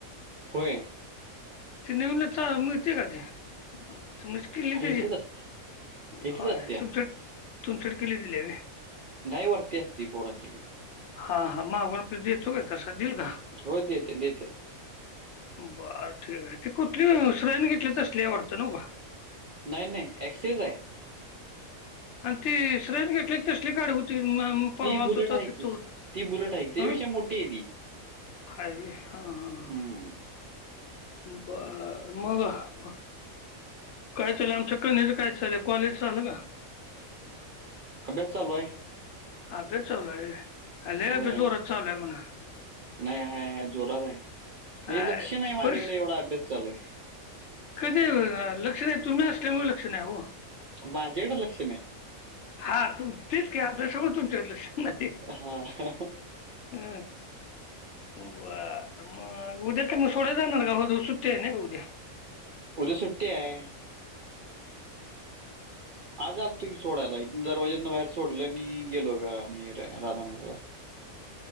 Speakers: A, on the right; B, on the left.
A: होय.
B: ति नविन चा मिळत्या काय ती? म्हणजे किल्ली
A: हां,
B: तेची
A: इथेच असते. इथेच
B: होय,
A: असत्या.
B: तुमच्या तुमच्याकडं किल्ली दिल्या व्हयं.
A: नाही वरती असती पोरांच्या कडं.
B: हा हा मागुन तो देतो, काय तसा देईल का?
A: होय, देत्या देत्या.
B: बरं ठीक हाय, ती कुठलीयं सेरयाने घेतल्या तसली हाय वाटतं नव्ह का?
A: नाही नाही एक्सेज आहे.
B: आणि ती सेरयाने घेतल्या तसली गाडी हो ती मँम परवा
A: ती
B: आलतो
A: बुलेट
B: तर
A: आहे की
B: तिथं होती
A: ती बुलेट आहे की, त्यापेक्षा
B: हं.
A: मोठी आहे ती
B: हाय व्हय हा हा.
A: हम्म
B: बरं मग. काय चालयं आमच्या कन्येचं काय चालयं कॉलेज झालं का?
A: अभ्यास चालूयं.
B: अभ्यास चालूयं होय, काय लयं
A: होय
B: अभ्यास जोरात चालूयं म्हण.
A: नाही हाय हाय जोरात हाय म्हणजे
B: हाय
A: लक्ष नाही, माझ्याकडे
B: परीक्षा
A: एवढा अभ्यास चालू हाय.
B: कधी लक्ष नाही, तुम्ही असल्यामुळे लक्ष नाही ओ.
A: माझ्याकडं लक्ष नाही.
B: हा तु तेच की आभ्यासामुळे तुमच्याकडं लक्ष नाही.
A: हा
B: अ अ बरं मग उद्या का म सोडाय जाणार का हो सुट्टी हाय ना ग उद्या.
A: उद्या सुट्टी आहे. आज आल तुी सोडायला इथ दरवाजना बाहेर सोडलं आणि गेलो घ आम्ही राधाानगरीला.